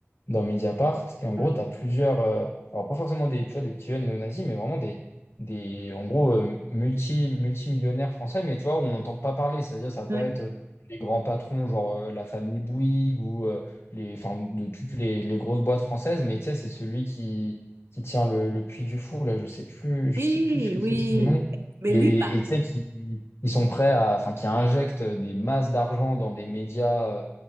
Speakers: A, on the left; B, on the right.
A: dans Mediapart, et en gros,
B: Oui,
A: t'as plusieurs, euh, alors pas forcément des, tu vois, des petits jeunes néo-nazis, mais vraiment des, des en gros, euh, multi, multimillionnaires français, mais tu vois, on n'entend pas parler, c'est-à-dire, ça va pas
B: oui,
A: être euh, les grands patrons, genre euh, la famille Bouygues, ou euh, les, enfin, de toutes les, les grosses boîtes françaises, mais tu sais, c'est celui qui, qui tient le, le Puy du Fou, là, je sais plus, je
B: oui.
A: sais plus ce que
B: oui.
A: c'est son nom,
B: Mais
A: et
B: lui, pas.
A: et tu sais, qui ils sont prêts à, enfin, qui injectent des masses d'argent dans des médias, euh,